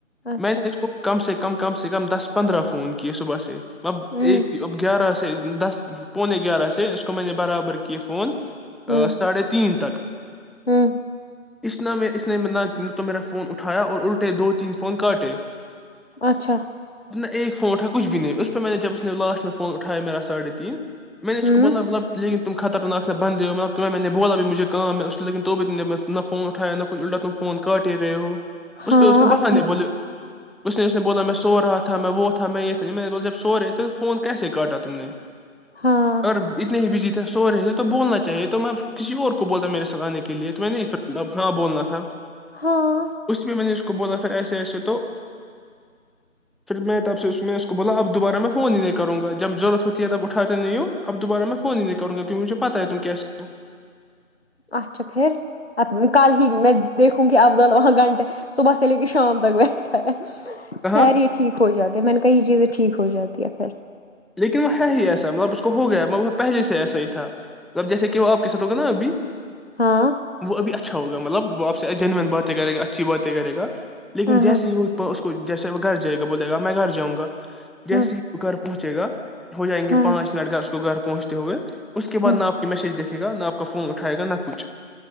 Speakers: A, on the left; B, in the centre.
A: اچھا
B: میں نے اس کو کم سے کم کم سے کم دس پندرہ فون کیے صبح سے اب
A: ہوں
B: ایک اب گیارہ سے دس پونے گیارہ سے اس کو کمۂ نے برابر ک فون ا
A: ہوں
B: ساڑھے تین تک
A: ہوں
B: اس نہ میں اس نے نہ تو میرا فون اٹھایا اور الٹے دو تین فون کاٹے
A: اچھا
B: ایک فون اٹھا کچھ بھی نہیں اس پہ میں نے جب اس نے لاسٹ میں فون اٹھایا میرا ساھ تین میں نے اس
A: ہوں
B: کو بوللا مطب لیکن تم خطرنا بند ہو تم میں نے بولا بھیھ مجھے کا ہے اس لیکن تو بھی نے نہ فونٹایا نہ کچ اٹا تم فون کاٹ ہی رہے ہو
A: ہاں
B: اس پہ اس نے بہانے
A: اچھا
B: بولے اس نے اس نے بوللا م میں س رہا تھا میں وہ تھا میں یہ تھا میں نے بول جب سورے تو فون کیسے کاٹا تم نے
A: ہاں
B: اور بزی تھے سو رہے تھ تو بولنا چاہیے تو میں کسی اور کو بولتا میرے سلاانے کے لیے تو میں نہیںب ہاں بولنا تھا
A: ہاں
B: اسی پہ میں نے اس کو بولا پھر ایسے ایسے تو پھر میں تب سے اس میں اس کو بولا اب دوبارہ میں فون ہی نہیں کروں گا جب ضرورت ہوتی ہے تب اٹھاتے نہیںوں اب دوبارہ میں فون نہیں کروں کیونکہ مجے پتہ ہے تم کی ہو
A: اچھا پھر اب کل ہی میں دیکھوں گی ابض وہاں گھنٹے صبح سے لے کے شام تک بیٹھا ہے
B: کہاں
A: خہری یہ ٹھیک ہو جات جی میں نے کہا یہ چیزیں ٹھیک ہو جاتی ہے پھر
B: لیکن وہ ہے ہی ایسا مطلب اس کو ہو گیا مطب وہ پہلے سے ایسا ہی تھا مب جیسے کہ وہ آپ کے ساتھ ہوگا نا ابھی
A: ہاں
B: وہ ابھی اچھا ہوگا مطلب وہ آپ سے جینوئن باتیں کرے گا اچھی باتیں کرے گا لیکن
A: ہاں
B: جیسے
A: ہاں
B: وہ اس کو جیسے وہ بول گا میں گھر جاں گا جیسے
A: ہاں
B: ہی وہ گھر پہنچے گا ہو جائیں گے
A: ہاں
B: پانچ منٹ اس کو گھر پہنچتے ہوئے اس کے
A: ہاں
B: بع میں آپ کی میسج دیکھی گا نہ آپ کا فون اٹھائے گا نہ کچھ